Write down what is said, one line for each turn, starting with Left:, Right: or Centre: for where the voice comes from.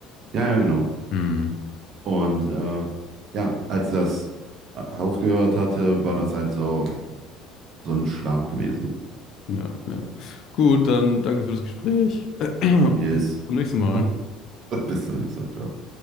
Right: Ja, ja, genau.
Left: Hm.
Right: Und äh, ja, als das aufgehört hatte, war das halt so, so ein Schlag gewesen.
Left: Ja, ja. Gut, dann danke für das Gespräch. <clears throat> Bis
Right: Yes.
Left: zum nächsten Mal.
Right: <laughs> Bis zum nächsten Mal. Ciao.